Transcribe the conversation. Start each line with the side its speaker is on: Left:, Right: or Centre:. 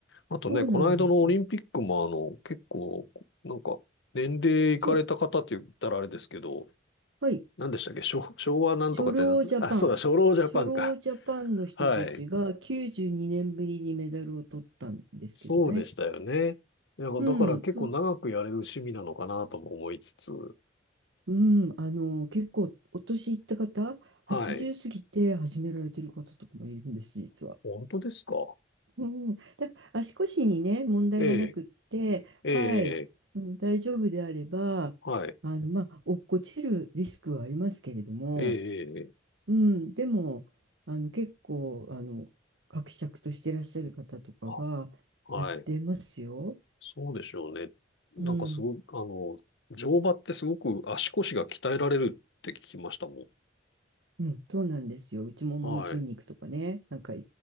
Left: あとね、
Right: そうなんですよ。
Left: この間のオリンピックも、あの、結構、なんか、年齢いかれた方って言ったらあれですけど、
Right: そう、はい。
Left: 何でしたっけ昭、昭和なんとかってなんあ、
Right: 初老ジャパン。
Left: そうだ、初老ジャパンか。
Right: 初老ジャパンの人たちが92年ぶりにメダルを取ったんですけどね。
Left: はい。そうでしたよね。いやだから結構長くやれる趣味なのかなとも思いつつ。
Right: うん、そ、うん、あの、結構お年いった方、
Left: はい。
Right: 80過ぎて始められてる方とかもいるんです、実は。
Left: 本当ですか
Right: うん、だ、足腰にね、問題がなくって、
Left: ええ、ええ、
Right: はい、
Left: ええ
Right: うん、大丈夫であれば、
Left: はい。
Right: あの、まあ、落っこちるリスクはありますけれども、
Left: ええ、ええ、
Right: うん、でも、あの、結構、あの、伯爵としていらっしゃる方とかがやってますよ。
Left: あ、はい。そうでしょうね。なんかすごく、
Right: うん。
Left: あの、乗馬ってすごく足腰が鍛えられるって聞きましたも
Right: うん、そうなんですよ。内ももの筋肉とかね、
Left: ん。はい。
Right: なんか